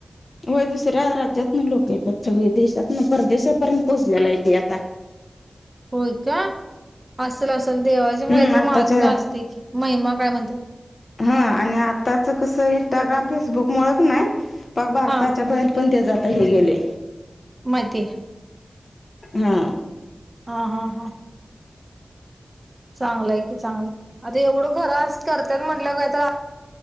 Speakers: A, on the left; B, on the right.
A: होय, दुसऱ्या राज्यातन लोक येतात, सगळी देशातन, परदेशापर्यंत पोहोचलेला हाय ते आता.
B: होय का? असल असल देवाचे
A: हम्म
B: काय तर
A: आताच्या
B: महात्म्य असते की, महिमा काय म्हणत्यात.
A: हा आणि आताच कसं इंस्टाग्राम, फेसबुकमुळं क ने पाक भारताच्या
B: हा
A: बाहेर पण ते जाता हे गेले.
B: माहिती.
A: हा.
B: ह हा हां. चांगलंय की चांगलंय. आता एवढं खरं अस करत्यात म्हटल्याव काय तर